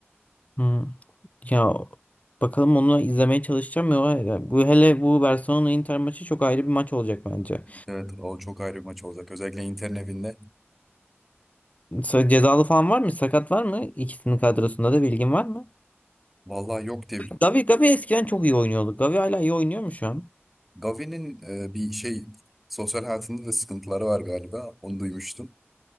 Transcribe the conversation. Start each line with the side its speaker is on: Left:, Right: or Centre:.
Left: Hmm. Ya bakalım onu izlemeye çalışacağım ya. Bu hele bu Barcelona Inter maçı çok ayrı bir maç olacak bence.
Centre: Evet o çok ayrı bir maç olacak. Özellikle Inter'in evinde.
Left: Sa- Cezalı falan var mı? Sakat var mı? İkisinin kadrosunda da bilgin var mı?
Centre: Vallahi yok diye. bil-
Left: Gavi, Gavi eskiden çok iyi oynuyordu. Gavi hala iyi oynuyor mu şu an?
Centre: Gavi'nin e, bir şey sosyal hayatında da sıkıntıları var galiba. Onu duymuştum.